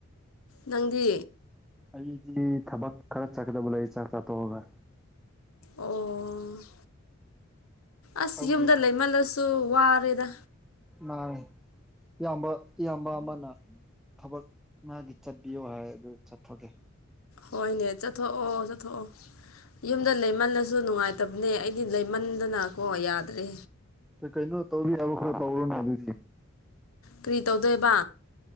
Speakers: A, on the left; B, in the centre.
A: ꯅꯪꯗꯤ
B: ꯑꯩꯗꯤ ꯊꯕꯛ ꯈꯔ ꯆꯠꯀꯗꯕ ꯂꯩ ꯆꯥꯛ ꯆꯥꯊꯣꯛꯑꯒ
A: ꯑꯣ ꯑꯁ
B: ꯑꯩꯒꯤ
A: ꯌꯨꯝꯗ ꯂꯩꯃꯜꯂꯁꯨ ꯋꯥꯔꯦꯗ
B: ꯃꯥꯅꯦ ꯏꯌꯥꯝꯕ ꯏꯌꯥꯝꯕ ꯑꯃꯅ ꯊꯕꯛ ꯃꯥꯒꯤ ꯆꯠꯄꯤꯌꯨ ꯍꯥꯏꯗꯨ ꯆꯠꯊꯒꯦ
A: ꯍꯣꯏꯅꯦ ꯆꯠꯊꯣꯛꯑꯣ ꯆꯠꯊꯣꯛꯑꯣ ꯌꯨꯝꯗ ꯂꯩꯃꯜꯂꯁꯨ ꯅꯨꯡꯉꯥꯏꯇꯕꯅꯦ ꯑꯩꯗꯤ ꯂꯩꯃꯟꯗꯅꯀꯣ ꯌꯥꯗ꯭ꯔꯦ
B: ꯀꯩꯅꯣ ꯇꯧꯔꯤ ꯌꯥꯕ ꯈꯔ ꯇꯧꯔꯨꯅꯦ ꯑꯗꯨꯗꯤ
A: ꯀꯔꯤ ꯇꯧꯗꯣꯏꯕ